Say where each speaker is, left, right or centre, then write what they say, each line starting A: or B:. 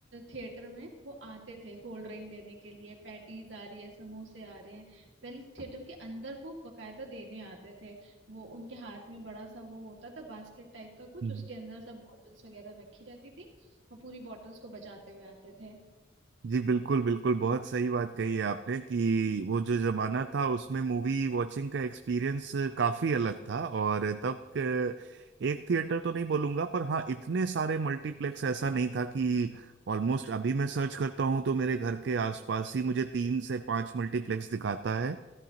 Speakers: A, on the right; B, on the right.
A: थिएटर में वो आते थे कोल्ड ड्रिंक देने के लिए पैटीज आ रही है समोसे आ रहे हैं पहले थिएटर के अंदर वो बकायदा देने आते थे वो उनके हाथ में बड़ा सा वो होता था बास्केट टाइप का कुछ
B: हम्म,
A: उसके अंदर सब बॉटल्स वगैरह रखी रहती थी वो पूरी बॉटल्स को बचाते हुए आते थे
B: जी बिल्कुल बिल्कुल बहुत सही बात कही है आपने कि वो जो जमाना था उसमें मूवी वॉचिंग का एक्सपीरियंस काफी अलग था और तब के- एक थिएटर तो नहीं बोलूंगा पर हाँ इतने सारे मल्टीप्लेक्स ऐसा नहीं था कि ऑलमोस्ट अभी मैं सर्च करता हूँ तो मेरे घर के आसपास ही मुझे तीन से पांच मल्टीप्लेक्स दिखाता है